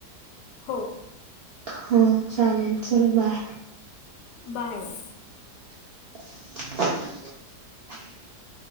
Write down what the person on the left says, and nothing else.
हो
बांय बांय